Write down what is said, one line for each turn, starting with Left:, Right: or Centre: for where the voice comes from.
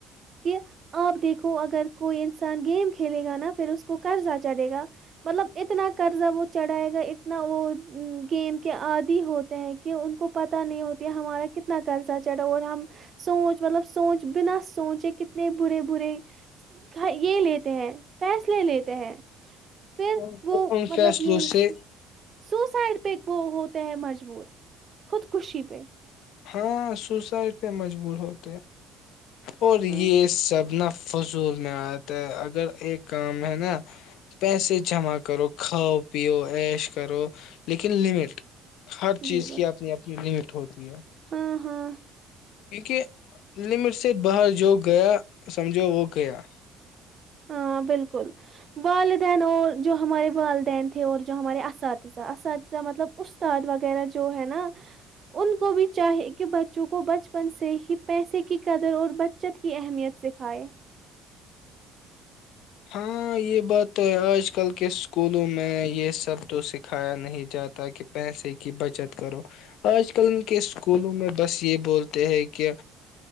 Right: کہ آپ دیکھو اگر کوئی انسان گیم کھیلے گا نا پھر اس کو قرضہ چڑھے گا مطلب اتنا قرضہ وہ چڑھائے گا اتنا وہ گیم کے عادی ہوتے ہیں کہ ان کو پت نہیں ہوتا ہمارا کتنا قرضہ چڑھا اور ہم سوچ مطلب سوچ بنا سوچ کتنے برے برے یہ لیتے ہیں فیصلے لیتے ہیں پھر
Left: اور
Right: وہ
Left: پھر ان
Right: مطلب
Left: فیصلوں
Right: یہ
Left: سے
Right: سوسائڈ پہ وہ ہوتا مجبور خود کوشی پ
Left: ہاں سوسائڈ پہ مجبور ہوتے اور
Right: ہاں
Left: یہ سبنا <unintelligible> فضول میں آتا ہے اگر ایک کام ہے نا پیسے جمع کرو کھاؤ پیو ایش کرو لیکن لمٹ ہر چیز
Right: جی بس
Left: کی اپنی اپنی لمٹ ہوتی ہے
Right: ہاں ہاں
Left: کیونکہ لمٹ سے باہر جو گیا سمجھو وہ گیا
Right: ہاں بالکل والدین اور جو ہمارے والدین تھے اور جو ہمارے اساتذہ اساتذہ مطلب استاد وغیرہ جو ہے نا ان کو بھی چاہی کہ بچوں کو بچ سے ہی پیسے کی قدر اور بچت کی اہمیت سکھائے
Left: ہاں یہ بات تو ہے آج کل کے اسکولوں میں یہ سب تو سکھایا نہیں جاتا کہ پیسے کی بچت کرو آج کل کے اسکولوں میں بس یہ بولتے ہیں کہ